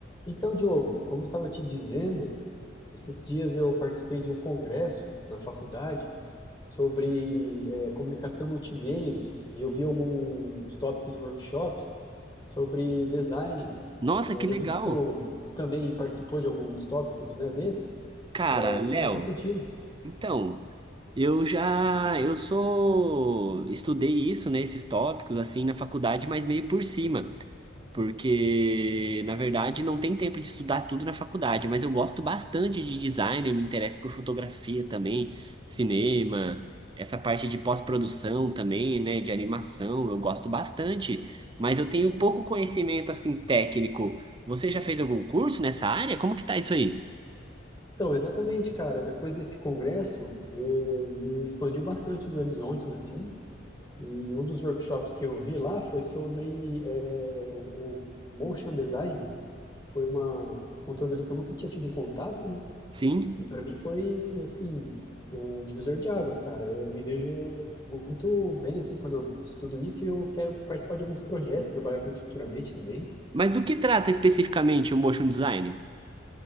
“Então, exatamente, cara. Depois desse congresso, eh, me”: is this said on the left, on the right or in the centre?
Left